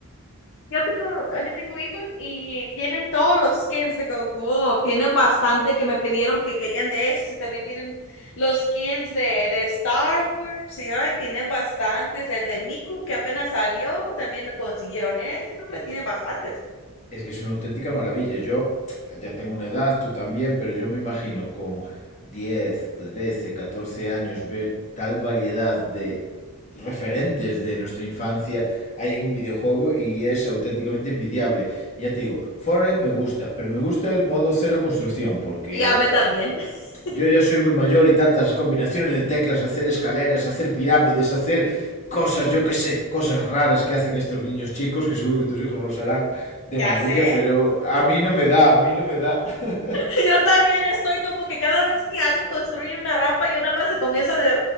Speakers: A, on the left; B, on the left.
A: Yo tengo, ah, yo tengo hijos y tienen todos los skins de Goku. Tienen bastante que me pidieron que querían de esos. Y también tienen los skins de, de Star Wars. Y ay, tienen bastantes. El de Miku que apenas salió, también lo consiguieron ese. No, hombre, tienen bastantes.
B: Es que es una auténtica maravilla. Yo eh, ya tengo una edad, tú también, pero yo me imagino con 10 13 14 años ver tal variedad de referentes de nuestra infancia hay en un videojuego y es auténticamente envidiable. Ya te digo, Fortnite me gusta, pero me gusta el modo cero construcción porque
A: Y a mí también. <laughs>
B: yo ya soy muy mayor y tantas combinaciones de teclas, hacer escaleras, hacer pirámides, hacer cosas, yo qué sé, cosas raras que hacen estos niños chicos, que seguro que tus hijos los harán de
A: Ya
B: maravilla,
A: sé.
B: pero a mí no me da, a mí no me da. <laughs>
A: <laughs> Yo también estoy como que cada vez que alguien construye una rampa, yo nada más se comienza a, de-